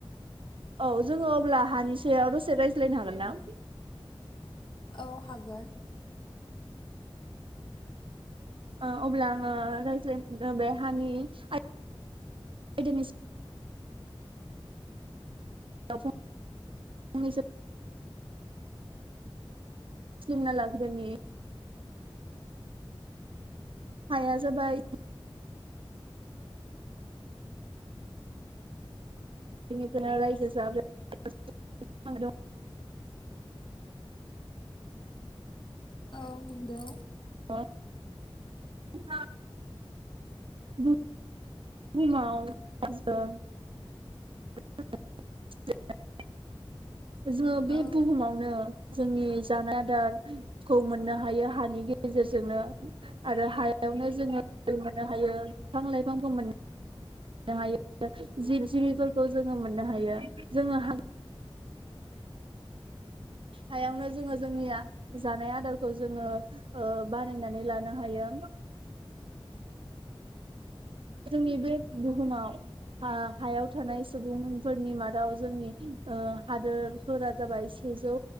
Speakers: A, on the right (about 60°); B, on the left (about 55°).
A: औ जोङो अब्ला हानि सायाव दसे रायज्लायनो हागोनना?
B: औ हागोन।
A: ओ अब्ला आङो रायज्लायनो बे हानि आयदानि सायाव फंनैसो सिलिमना लाग्रोनि हाया जाबाय बेनिफ्रायनो रायजो जादों
B: औ नंगौ।
A: न बुं बुहुमाव दासो <inaudible> जोङो बे
B: औ
A: बुहुमावनो जोंनि जानाय आदार खौ मोननो हायो हानि गेजेरजोंनो आरो हायावनो जोङो मोननो हायो बिफां लाइफांखौ मोननो नो हायो जिब जिबिफोरखौ जोङो मोननो हायो जोङो हायावनो जोङो जोंनिया जानाय आदारखौ जोङो ओ बानायनानै लानो हायो। जोंनि बे बुहुमाव हा-हायाव थानाय सुबुंफोरनि मादाव जोंनि ओ हादोरफोरा जाबाय सेजौ